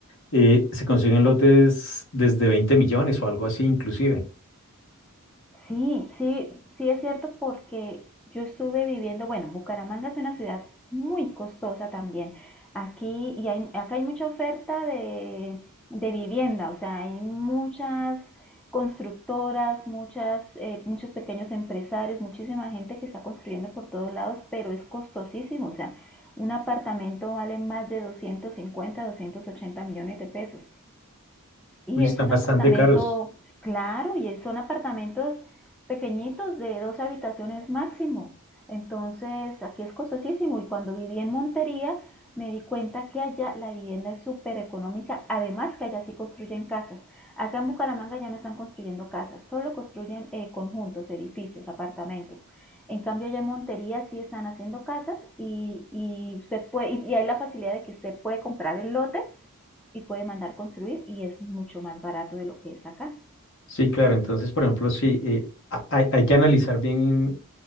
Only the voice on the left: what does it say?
eh, se consiguen lotes desde 20 millones o algo así, inclusive.
Uy,
están
bastante
caros.
Sí, claro. Entonces, por ejemplo, sí, eh, ha- hay, hay que analizar bien